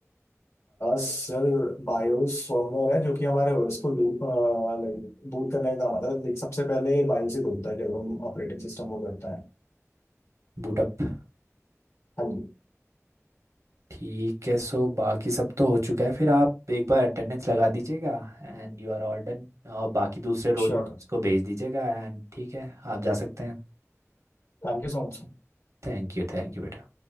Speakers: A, on the left; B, on the right.
A: Sir BIOS firmware है जो कि हमारे ओएस को लाइक बूट करने का काम आता है लाइक सबसे पहले बायोस ही खुलता है जब हम ऑपरेटिंग सिस्टम को करते हैं
B: बूटअप
A: हाँ जी
B: ठीक है सो बाकी सब तो हो चुका है फिर आप एक बार अटेंडेंस लगा दीजिएगा and you are all done और बाकी दूसरे रोल
A: Sure
B: नंबर्स को भेज दीजिएगा एंड ठीक है आप जा सकते हैं
A: Thank you so much
B: थैंक यू थैंक यू बेटा